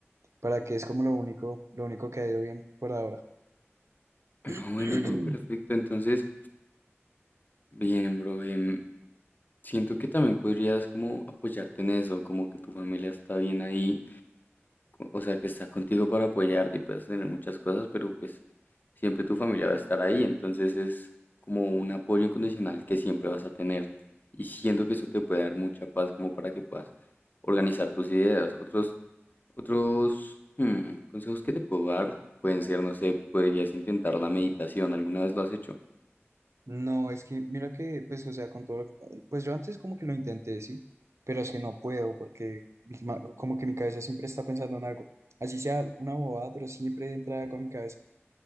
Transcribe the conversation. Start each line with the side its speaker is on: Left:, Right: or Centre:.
Right: Para que es como lo único, lo único que ha ido bien por ahora.
Left: No,
Right: <clears throat>
Left: bueno, no, perfecto. Entonces, bien, bro, em, siento que también podrías como apoyarte en eso, como que tu familia está bien ahí o sea, que está contigo para apoyarte y puedes tener muchas cosas, pero pues siempre tu familia va a estar ahí, entonces es como un apoyo incondicional que siempre vas a tener. Y siento que eso te puede dar mucha paz como para que puedas organizar tus ideas. Otros, otros hmm, consejos que te puedo dar pueden ser, no sé, podrías intentar la meditación. ¿Alguna vez lo has hecho?
Right: No, es que mira que, pues, o sea, con todo, lo- pues yo antes como que lo intenté, sí, pero es que no puedo porque mi ma- como que mi cabeza siempre está pensando en algo, así sea una bobada, pero siempre entra algo a mi cabeza.